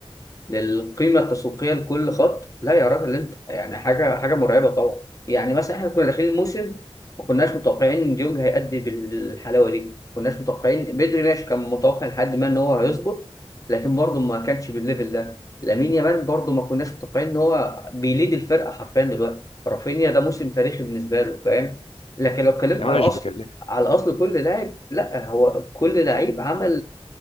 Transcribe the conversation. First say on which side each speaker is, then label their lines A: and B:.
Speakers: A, on the left; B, on the left.
A: للقيمة التسويقية لكل خط لا يا راجل انت يعني حاجة حاجة مرعبة طبعا يعني مثلا احنا كنا داخلين الموسم ما كناش متوقعين ان ديونج هيأدي بالحلاوة دي ما كناش متوقعين بدري ماشي كان متوقع لحد ما ان هو هيظبط لكن برضه ما كانش بالليفل ده لامين يامال برضه ما كناش متوقعين ان هو بيليد الفرقة حرفيا دلوقتي رافينيا ده موسم تاريخي بالنسبة له فاهم لكن لو اتكلمت
B: يعني
A: على
B: انا مش
A: اصل
B: بكلم
A: على اصل كل لاعب لا هو كل لعيب عمل